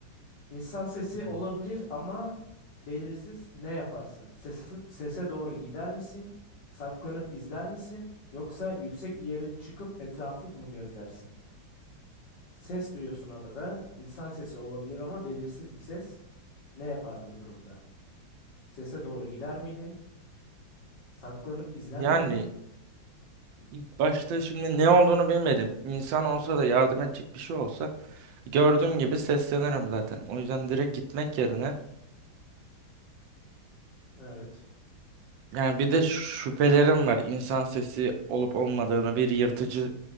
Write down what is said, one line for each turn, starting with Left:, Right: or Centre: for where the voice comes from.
Left: İnsan sesi
Right: Hmm.
Left: olabilir ama belirsiz ne yaparsın? Sese, sese doğru gider misin? Saklanıp izler misin? Yoksa yüksek bir yere çıkıp etrafı mı gözlersin? Ses duyuyorsun adada. İnsan sesi olabilir ama belirsiz bir ses. Ne yapardın bu durumda? Sese doğru gider miydin? Saklanıp izler
Right: Yani
Left: miydin?
Right: ilk başta şimdi ne olduğunu bilmedim. İnsan olsa da yardım edecek bir şey olsa gördüğüm gibi seslenirim zaten. O yüzden direkt gitmek yerine
Left: Evet.
Right: Yani bir de şüphelerim var. İnsan sesi olup olmadığını bir yırtıcı